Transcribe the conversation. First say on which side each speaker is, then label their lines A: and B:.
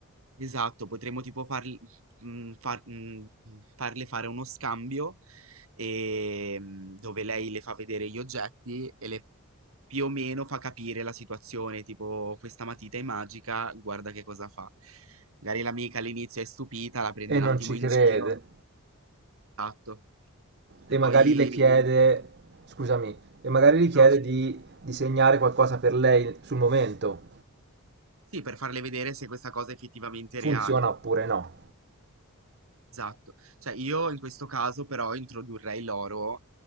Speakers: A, on the right (about 65°); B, on the right (about 50°).
A: esatto, potremmo tipo farli, mm, far- mm, farle fare uno scambio e, mm, dove lei le fa vedere gli oggetti e le più o meno fa capire la situazione, tipo questa matita è magica, guarda che cosa fa. Magari l'amica all'inizio è stupita, la prende
B: e
A: un
B: non
A: attimo
B: ci
A: in
B: crede.
A: giro, esatto, e
B: E
A: poi...
B: magari le chiede, scusami, e magari le chiede
A: No, scusa.
B: di disegnare qualcosa per lei sul momento.
A: Sì, per farle vedere se questa cosa è effettivamente
B: Funziona
A: reale.
B: oppure no?
A: Esatto. Cioè, io in questo caso però introdurrei l'oro,